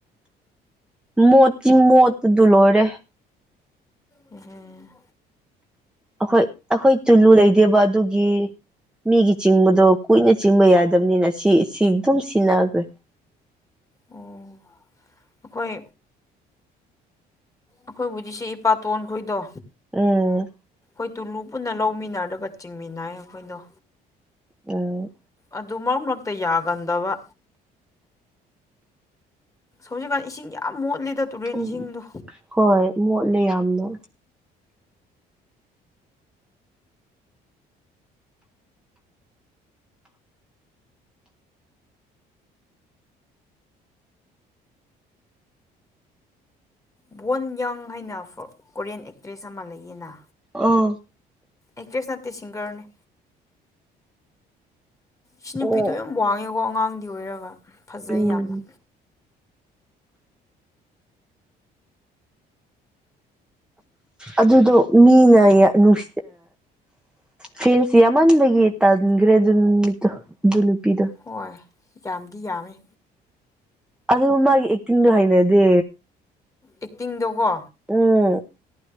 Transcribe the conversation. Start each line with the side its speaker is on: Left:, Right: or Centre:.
Centre: ꯃꯣꯠꯇꯤ ꯃꯣꯠꯄꯗꯨ ꯂꯣꯏꯔꯦ
Left: ꯎꯝ
Centre: ꯑꯈꯣꯏ ꯑꯈꯣꯏ ꯇꯨꯂꯨ ꯂꯩꯗꯦꯕ ꯑꯗꯨꯒꯤ ꯃꯤꯒꯤ ꯆꯤꯡꯕꯗꯣ ꯀꯨꯏꯅ ꯆꯤꯡꯕ ꯌꯥꯗꯝꯅꯤꯅ ꯁꯤ ꯁꯤ ꯑꯗꯨꯝ ꯁꯤꯟꯅꯈ꯭ꯔꯦ
Left: ꯑꯣ ꯑꯈꯣꯏ ꯑꯈꯣꯏ ꯍꯧꯖꯤꯛꯁꯦ ꯏꯄꯥꯇꯣꯟꯈꯣꯏꯗꯣ
Centre: ꯎꯝ
Left: ꯈꯣꯏ ꯇꯨꯂꯨ ꯄꯨꯟꯅ ꯂꯧꯃꯤꯟꯅꯔꯒ ꯆꯤꯡꯃꯤꯟꯅꯩ ꯑꯈꯣꯏꯗꯣ
Centre: ꯎꯝ
Left: ꯑꯗꯨ ꯃꯔꯛ ꯃꯔꯛꯇ ꯌꯥꯒꯟꯗꯕ ꯍꯧꯖꯤꯛꯀꯥꯟ ꯏꯁꯤꯡ ꯌꯥꯝ ꯃꯣꯠꯂꯤꯗ ꯇꯨꯔꯦꯟ
Centre: ꯎꯝ
Left: ꯏꯁꯤꯡꯗꯣ
Centre: ꯍꯣꯏ ꯃꯣꯠꯂꯦ ꯌꯥꯝꯅꯣ
Left: ꯕꯣꯔꯟ ꯌꯪ ꯍꯥꯏꯅ ꯀꯣꯔꯤꯌꯥꯟ ꯑꯦꯛꯇ꯭ꯔꯦꯁ ꯑꯃ ꯂꯩꯌꯦꯅ
Centre: ꯑꯥ
Left: ꯑꯦꯛꯇ꯭ꯔꯦꯁ ꯅꯠꯇꯦ ꯁꯤꯡꯒꯔꯅꯦ ꯁꯤ
Centre: ꯑꯣ
Left: ꯅꯨꯄꯤꯗꯣ ꯌꯥꯝ ꯋꯥꯡꯉꯦ ꯑꯗꯨꯒ ꯑꯉꯥꯡꯗꯤ ꯑꯣꯏꯔꯒ ꯐꯖꯩ
Centre: ꯎꯝ
Left: ꯌꯥꯝꯅ
Centre: ꯑꯗꯨꯗꯣ ꯃꯤꯅ ꯅꯨꯡ ꯐꯦꯟꯁꯤ ꯌꯥꯝꯃꯟꯕꯒꯤ ꯇꯥꯁꯤꯟꯈ꯭ꯔꯦ ꯑꯗꯨ ꯅꯨꯃꯤꯠꯇꯣ ꯑꯗꯨ ꯅꯨꯄꯤꯗꯣ
Left: ꯍꯣꯏ ꯌꯥꯝꯗꯤ ꯌꯥꯝꯃꯦ
Centre: ꯑꯗꯨ ꯃꯥꯒꯤ ꯑꯦꯛꯇꯤꯡꯗꯣ ꯍꯩꯅꯗꯦ
Left: ꯑꯦꯛꯇꯤꯡꯗꯣꯀꯣ
Centre: ꯑꯝ